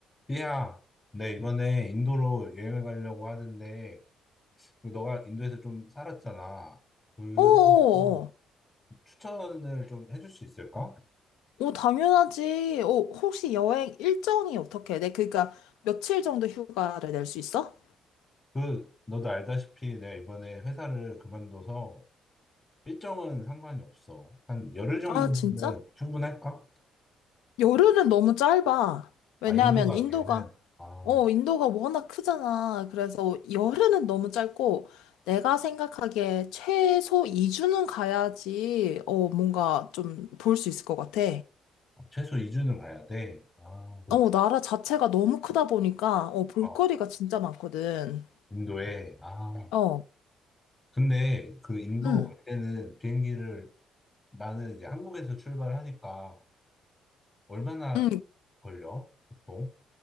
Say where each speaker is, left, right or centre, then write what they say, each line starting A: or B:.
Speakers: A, on the left; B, on the left.
A: 삐야, 내 이번에 인도로 여행을 가려고 하는데, 너가 인도에서 좀 살았잖아. 그래서
B: 어어어.
A: 좀
B: 어, 어.
A: 추천을 좀 해줄 수 있을까?
B: 어, 당연하지. 어, 혹시 여행 일정이 어떻게 돼? 그러니까 며칠 정도 휴가를 낼 수 있어?
A: 그, 너도 알다시피 내가 이번에 회사를 그만둬서 일정은 상관이 없어. 한 열흘 정도면
B: 아, 진짜?
A: 충분할까?
B: 열흘은 너무 짧아. 왜냐하면
A: 아, 인도 가기에는?
B: 인도가,
A: 아,
B: 어, 인도가 워낙 크잖아. 그래서 열흘은 너무 짧고, 내가 생각하기에 최소 2주는 가야지, 어, 뭔가 좀 볼 수 있을 것 같아.
A: 최소 2주는 가야 돼. 아, 그렇구나.
B: 어, 나라 자체가 너무 크다 보니까, 어, 볼거리가
A: 어,
B: 진짜 많거든.
A: 인도에. 아,
B: 어,
A: 근데 그 인도
B: 응.
A: 갈 때는 비행기를 나는 이제 한국에서 출발하니까 얼마나
B: 응,
A: 걸려? 보통?